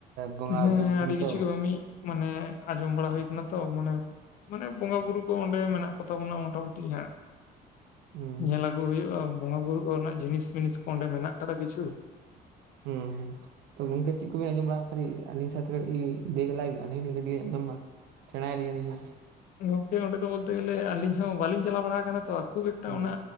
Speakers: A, on the right; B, on the left.
A: ᱵᱚᱸᱜᱟ
B: ᱦᱮᱸ
A: ᱵᱩᱨᱩ ᱠᱷᱟᱱ
B: ᱟᱹᱰᱤ ᱠᱤᱪᱷᱩ
A: ᱛᱚ
B: ᱜᱮ ᱢᱟ ᱢᱤᱜ, ᱢᱟᱱᱮ ᱟᱸᱡᱚᱢ ᱵᱟᱲᱟ ᱦᱩᱭ ᱟᱠᱟᱱᱟ ᱛᱚ, ᱢᱟᱱᱮ ᱢᱟᱱᱮ ᱵᱚᱸᱜᱟ ᱵᱩᱨᱩ ᱠᱚ ᱚᱸᱰᱮ ᱢᱮᱱᱟᱜ ᱠᱚ ᱛᱟᱵᱚᱱᱟ ᱢᱚᱴᱟ ᱢᱩᱴᱤ ᱦᱟᱸᱜ᱾
A: ᱦᱩᱸ
B: ᱧᱮᱞ ᱟᱹᱜᱩ ᱦᱩᱭᱩᱜᱼᱟ ᱵᱚᱸᱜᱟ ᱵᱩᱨᱩ ᱠᱚᱨᱮᱱᱟᱜ ᱡᱤᱱᱤᱥᱢᱤᱱᱤᱥ ᱠᱚ ᱚᱸᱰᱮ ᱢᱮᱱᱟᱜ ᱟᱠᱟᱫᱟ ᱠᱤᱪᱷᱩ᱾
A: ᱦᱩᱸ ᱦᱩᱸ ᱛᱚ ᱜᱚᱝᱠᱮ ᱪᱮᱫ ᱠᱚᱵᱤᱱ ᱟᱸᱡᱚᱢ ᱵᱟᱲᱟ ᱠᱟᱹᱴᱤᱡ ᱟᱹᱞᱤᱧ ᱥᱟᱣ ᱛᱮ ᱠᱟᱹᱴᱤᱜ ᱫᱮᱞᱟᱭᱵᱤᱱ ᱟᱹᱞᱤᱧ ᱦᱚᱞᱤᱧ ᱠᱟᱹᱴᱤᱜ ᱞᱤᱧ ᱟᱸᱡᱚᱢᱟ᱾ ᱥᱮᱬᱟ ᱭᱟᱞᱤᱧ ᱟᱞᱤᱧ ᱦᱚᱸ᱾
B: ᱜᱚᱝᱠᱮ ᱚᱸᱰᱮ ᱫᱚ ᱵᱚᱞᱛᱮ ᱜᱮᱞᱮ ᱟᱹᱞᱤᱧ ᱦᱚᱸ ᱵᱟᱹᱞᱤᱧ ᱪᱟᱞᱟᱣ ᱵᱟᱲᱟ ᱟᱠᱟᱱᱟ ᱛᱚ ᱠᱷᱩᱵ ᱮᱠᱴᱟ
A: ᱦᱩᱸ
B: ᱚᱱᱟ